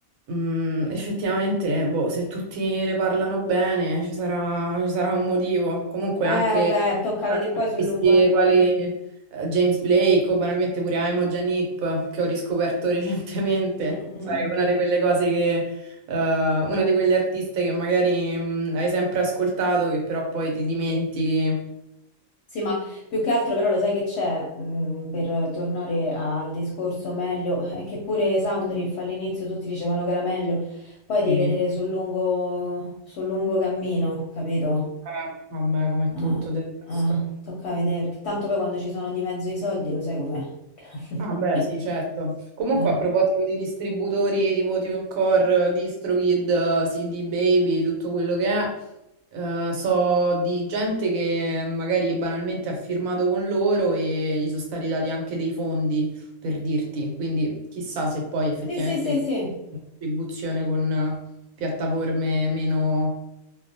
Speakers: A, on the right; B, on the left.
A: mm, effettivamente, boh, se tutti ne parlano bene, ci sarà, ci sarà un motivo. Comunque
B: Eh
A: anche
B: beh, tocca
A: artisti
B: vedere poi sul lungo... eh.
A: quali eh, James Blake o banalmente pure Aimo Janip, che ho riscoperto <laughs> recentemente.
B: Mm,
A: Sai,
B: mm.
A: una di quelle cose che, eh, una di quegli artiste che magari, mm, hai sempre ascoltato, che però poi ti dimentichi.
B: Sì, ma più che altro però lo sai che c'è, mh, per tornare al discorso meglio, è che pure Soundriff all'inizio tutti dicevano che era meglio, poi devi
A: Sì.
B: vedere sul lungo, sul lungo cammino, capito?
A: Vabbè, vabbè, come
B: Eh,
A: tutto del resto.
B: eh, tocca vedere, perché tanto poi quando ci sono di mezzo i soldi lo sai com'è.
A: Ah, beh,
B: <laughs>
A: sì, certo. Comunque,
B: Eh.
A: a proposito di distributori tipo TuneCore, DistroKid, CD Baby, tutto quello che è, eh, so di gente che magari banalmente ha firmato con loro e gli sono stati dati anche dei fondi, per dirti. Quindi, chissà se poi effettivamente
B: Sì, sì, sì,
A: con
B: sì,
A: la distribuzione con eh, piattaforme meno,